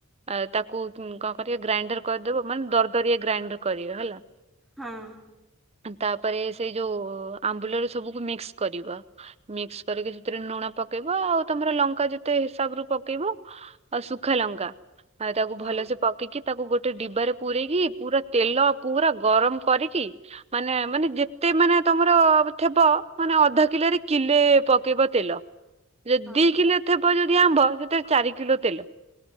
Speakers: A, on the right; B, in the centre.
A: ଆ ତାକୁ କଣ କରିବ? ଗ୍ରାଇଣ୍ଡର କରିଦବ, ମାନେ ଦରଦରିଆ ଗ୍ରାଇଣ୍ଡର କରିବ ହେଲା
B: ହଁ।
A: ତା'ପରେ ସେଇ ଯୋଉ ଆମ୍ବୁଲରେ ସବୁକୁ ମିକ୍ସ କରିବ। ମିକ୍ସ କରିକି ସେଥିରେ ନୁଣ ପକେଇବ। ଆଉ ତମର ଲଙ୍କା ଯେତେ ହିସାବରୁ ପକେଇବ। ଆଉ ସୁଖା ଲଙ୍କା, ଆଉ ତାକୁ
B: ହଁ
A: ଭଲସେ ପକେଇକି ତାକୁ ଗୋଟେ ଡିବାରେ ପୁରେଇକି ପୁରା ତେଲ ପୁରା ଗରମ କରିକି, ମାନେ ମାନେ ଯେତେ ମାନେ ତମ ର ଥେବ, ମାନେ ଅଧ କିଲେରେ, କିଲେ ପକେଇବ ତେଲ। ଯଦି
B: ହଁ
A: ଦି କିଲେ ଥିବ ଯଦି ଆମ୍ବ, ସେଥିରେ ଚାରି କିଲୋ ତେଲ